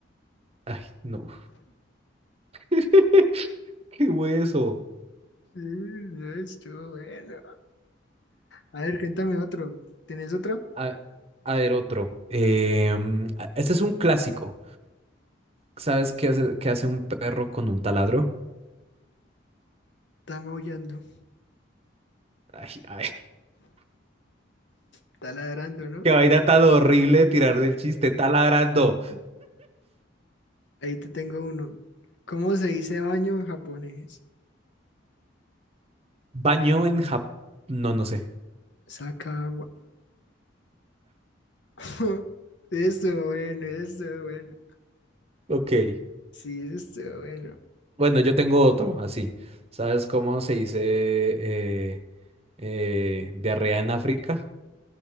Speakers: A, on the right; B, on the left.
A: Ay, no. <laughs> Qué hueso.
B: Mm, no, Estuvo bueno. A ver, cuéntame otro. ¿Tenés otro?
A: A, a ver, otro. Eh, mm, a- este es un clásico. ¿Sabes qué hace, qué hace un perro con un taladro?
B: Está maullando,
A: Ay, ay, <laughs>
B: está ladrando, ¿no?
A: qué vaina tan horrible de tirar del chiste. Taladrando.
B: Ahí te tengo uno. ¿Cómo se dice baño en japonés?
A: Baño en Japón. No, no sé.
B: Saca agua. <laughs> Estuvo bueno, estuvo bueno.
A: Ok.
B: Sí, eso estuvo bueno.
A: Bueno, yo tengo otro, así. ¿Sabes cómo se dice eh, eh, diarrea en África?